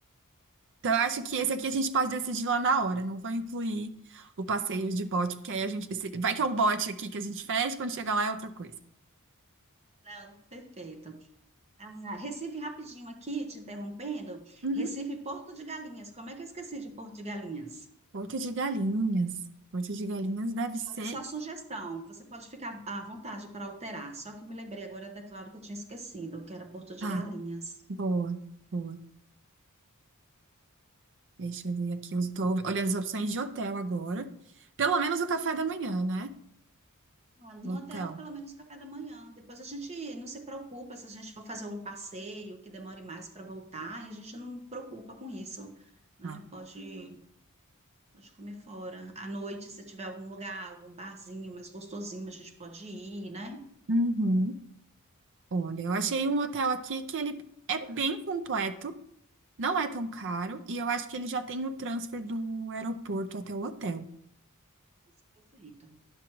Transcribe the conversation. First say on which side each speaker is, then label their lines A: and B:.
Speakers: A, on the right; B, on the right.
A: Então, eu acho que esse aqui a gente pode decidir lá na hora. Não vou incluir o passeio de bote, porque aí a gente. esse- Vai que é um bote aqui que a gente fecha, quando chega lá é outra coisa.
B: Não, perfeito. Ah, Recife, rapidinho aqui, te interrompendo.
A: Uhum.
B: Recife, Porto de Galinhas. Como é que eu esqueci de Porto de Galinhas?
A: Porto de Galinhas. Porto de Galinhas deve ser.
B: Mas é só sugestão. Você pode ficar à vontade para alterar. Só que me lembrei agora daquela hora que eu tinha esquecido, que era Porto de
A: Tá,
B: Galinhas.
A: boa, boa. Deixa eu ver aqui. Eu estou olhando as opções de hotel agora. Pelo menos o café da manhã, né?
B: Ah, No
A: Hotel.
B: hotel, pelo menos café da manhã. Depois a gente não se preocupa se a gente for fazer um passeio que demore mais para voltar, e a gente não preocupa com isso, né?
A: Ah.
B: Pode, pode comer fora. À noite, se tiver algum lugar, algum barzinho mais gostosinho, a gente pode ir, né?
A: Uhum. Olha, eu achei um hotel aqui que ele é bem completo, não é tão caro, e eu acho que ele já tem o transfer do aeroporto até o hotel.
B: Isso é Perfeito.